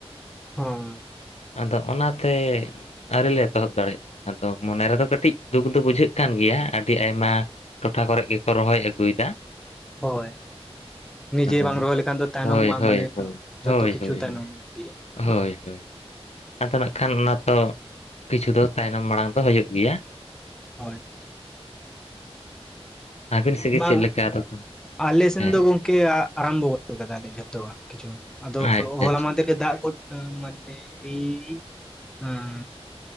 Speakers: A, in the centre; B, on the left.
A: ᱦᱚᱸ᱾
B: ᱟᱫᱚ ᱚᱱᱟᱛᱮ ᱟᱹᱣᱨᱤᱤᱞ ᱞᱮ ᱮᱛᱚᱦᱚᱵ ᱫᱟᱲᱮᱭᱟᱜᱼᱟ, ᱟᱫᱚ ᱢᱚᱱᱮ ᱨᱮᱫᱚ ᱠᱟᱹᱴᱤᱡ ᱫᱩᱠ ᱫᱚ ᱵᱩᱡᱷᱟᱹᱜ ᱠᱟᱱ ᱜᱮᱭᱟ, ᱟᱹᱰᱤ ᱟᱭᱢᱟ ᱴᱚᱴᱷᱟ ᱠᱚᱨᱮ ᱜᱮᱠᱚ ᱨᱚᱦᱚᱭ ᱟᱹᱜᱩᱭᱮᱫᱟ᱾
A: ᱦᱳᱭ᱾ ᱱᱤᱡᱮ
B: ᱟᱫᱚ
A: ᱵᱟᱝ ᱨᱚᱦᱚᱭ ᱞᱮᱠᱷᱟᱱ ᱫᱚ ᱛᱟᱭᱱᱚᱢᱚᱜᱼᱟ
B: ᱦᱳᱭ ᱦᱳᱭ
A: ᱢᱟᱱᱮ
B: ᱦᱳᱭ
A: ᱡᱷᱚᱛᱚ
B: ᱦᱳᱭ
A: ᱠᱤᱪᱷᱩ
B: ᱦᱳᱭ
A: ᱛᱟᱭᱱᱚᱢ ᱤᱫᱤᱜᱼᱟ᱾
B: ᱦᱳᱭ ᱦᱳᱭ, ᱟᱫᱚ ᱱᱟᱜ ᱠᱷᱟᱱ ᱚᱱᱟ ᱛᱚ ᱠᱤᱪᱷᱩ ᱫᱚ ᱛᱟᱭᱱᱚᱢ ᱢᱟᱲᱟᱝ ᱫᱚ ᱦᱩᱭᱩᱜ ᱜᱮᱭᱟ᱾
A: ᱦᱳᱭ᱾
B: ᱟᱹᱵᱤᱱ ᱥᱮᱫ ᱜᱮ
A: ᱵᱟᱝ
B: ᱪᱮᱫ ᱞᱮᱠᱟ
A: ᱟᱞᱮ ᱥᱮᱱ
B: ᱦᱮᱸ
A: ᱫᱚ ᱜᱚᱝ ᱠᱮ ᱟᱨᱟᱢᱵᱚ ᱠᱟᱫᱟᱞᱮ ᱡᱷᱚᱛᱚᱣᱟᱜ ᱠᱤᱪᱷᱩ ᱟᱫᱚ
B: ᱟᱪᱪᱷᱟ
A: ᱦᱚᱞᱟ
B: ᱟᱪᱪᱷᱟ
A: ᱢᱟᱫᱷᱮᱨ ᱨᱮ ᱫᱟᱜ ᱜᱚᱫ ᱢᱟᱱᱮ ᱤ ᱟᱸ᱾